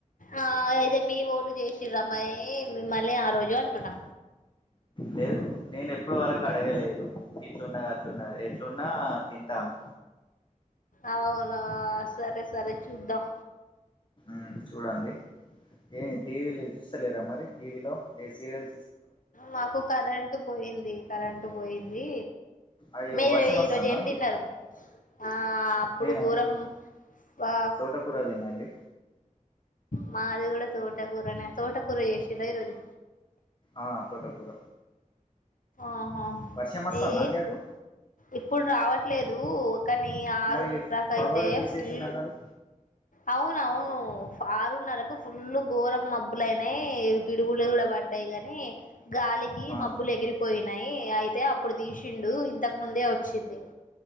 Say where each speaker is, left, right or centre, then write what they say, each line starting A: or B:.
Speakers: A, on the left; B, on the left.
A: ఆ అయితే మీ వొళ్ళు చేసిర్రామ్మని మిమ్మల్ని ఆ రోజు అంటున్నా
B: లేదు నేను ఎప్పుడు వరకు అడగలేదు ఇట్లున్నది అట్లున్నది ఎట్లున్నా తింటాను
A: అవునా సరే సరే చూద్దాం
B: ఉ చూడండి ఏ టీవీలు చూస్తలేరా మరి టీవీలో ఏ సీరియల్
A: మాకు కరెంటు పోయింది కరెంటు పోయింది
B: అవి
A: మీరు
B: వర్షం వస్తాందా
A: ఈరోజు ఏం
B: అండి
A: తిన్నారు ఆ అప్పుడు
B: నేనా
A: గోరం
B: అండి
A: ఆ
B: తోటకూర తినండి
A: మాది కూడా తోటకూరనే తోటకూర చేసిర్ర ఈరోజు
B: ఆ తోటకూర
A: ఆహా
B: వర్షం వస్తాందా
A: అఈ
B: అండి అటు
A: ఇప్పుడు రావట్లేదు కానీ ఆరున్నరక
B: మరి పవర్
A: అయితే
B: తీసేసిండు
A: ఫుల్
B: అన్నారు
A: అవున అవును ఆరున్నరకు ఫుల్ ఘోరం మబ్బులయినాయి పిడుగులు కూడా పడ్డాయి గాని గాలికి
B: ఆ
A: మబ్బులు ఎగిరిపోయి న్నాయి అయితే అప్పుడు తీసిండు ఇంతకు ముందే వచ్చింది